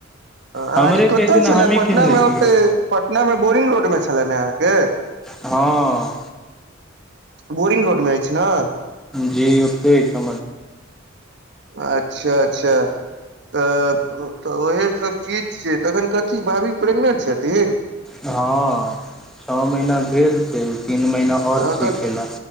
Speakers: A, in the centre; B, on the right.
A: हमरे
B: अहाँ केँ कत
A: कहती ने
B: छलै
A: हमही
B: पटना
A: कीन लेतियै
B: में ओते पटना में बोरिंग रोड में छले न अहाँकेँ
A: हऽ
B: बोरिंग रोड में ऐछ न
A: जी ओते <unintelligible>
B: अच्छ अच्छ तऽ तऽ ओहे सब चीज छियै तखन कथी भाबी प्रेगनेंट छथिन
A: हँ छ महिना भेल छै तीन महीना आओर
B: एखन
A: छै खेला